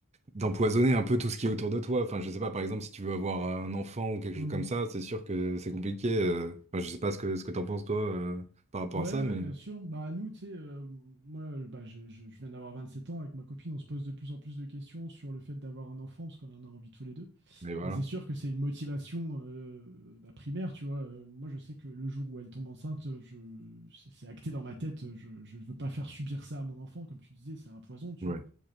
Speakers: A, on the right (about 30°); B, on the right (about 55°).
A: d'empoisonner un peu tout ce qui est autour de toi. Enfin, je sais pas, par exemple, si tu veux avoir euh, un enfant ou quelque
B: vois.
A: chose comme ça, c'est sûr que c'est compliqué. euh. Enfin, je sais pas ce que ce que t'en penses toi euh, par rapport
B: Ouais,
A: à ça,
B: ouais,
A: mais
B: bien sûr. Bah, nous, tu sais, euh, moi, euh, bah, je, je- je viens d'avoir 27 ans. Avec ma copine, on se pose de plus en plus de questions sur le fait d'avoir un enfant, parce qu'on en a envie tous les deux.
A: mais voilà.
B: Et c'est sûr que c'est une motivation euh, bah, primaire, tu vois. Euh, moi, je sais que le jour où elle tombe enceinte, euh, je, c'est c'est acté dans ma tête. euh, Je ne veux pas faire subir ça à mon enfant. Comme tu disais, c'est un poison, tu
A: Ouais.
B: vois.